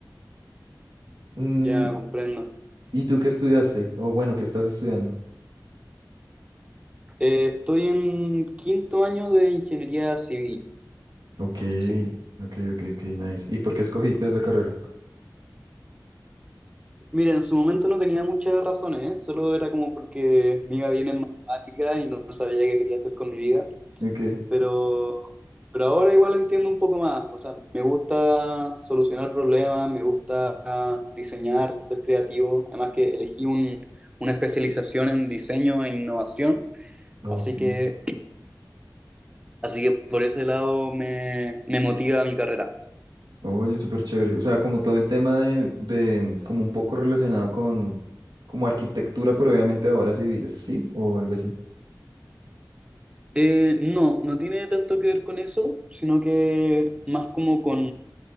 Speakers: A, on the right (about 75°); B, on the right (about 15°).
A: Mm,
B: Ya comprendo.
A: ¿Y tú qué estudiaste? O bueno, ¿qué estás estudiando?
B: Eh, estoy en quinto año de ingeniería civil.
A: Ok,
B: Sí.
A: ok, ok, ok, nice. ¿Y por
B: Sí.
A: qué escogiste esa carrera?
B: Mira, en su momento no tenía muchas razones, ¿eh? Solo era como porque me iba bien en matemáticas y no sabía qué quería hacer con mi vida.
A: Ok.
B: Pero, pero ahora igual entiendo un poco más. O sea, me gusta solucionar problemas, me gusta diseñar, ser creativo. Además que elegí un- una especialización en diseño e innovación.
A: Ok.
B: Así que, así que por ese lado me, me motiva mi carrera.
A: Oye, súper chévere. O sea, como todo el tema de, de, como un poco relacionado con, como arquitectura, pero obviamente de obras civiles, ¿sí? O algo así.
B: Eh, no, no tiene tanto que ver con eso, sino que más como con